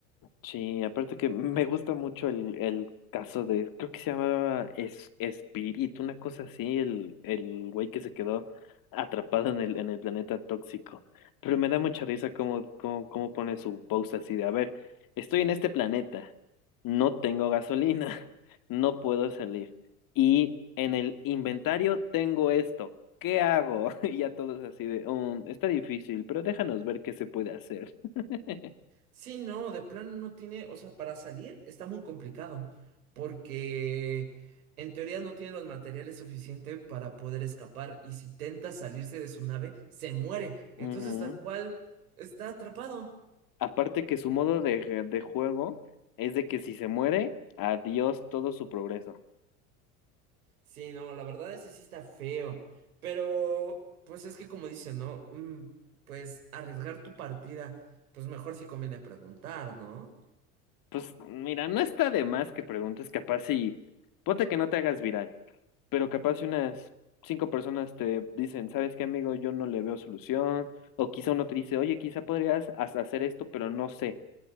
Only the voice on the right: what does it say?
Sí, no, de plano no tiene, o sea, para salir está muy complicado, porque en teoría no tiene los materiales suficientes para poder escapar y si intenta salirse de su nave, se muere. Entonces,
tal cual, está atrapado.
Sí, no, la verdad ese sí está feo, pero pues es que como dicen, ¿no? Mm, pues arriesgar tu partida, pues mejor si conviene preguntar, ¿no?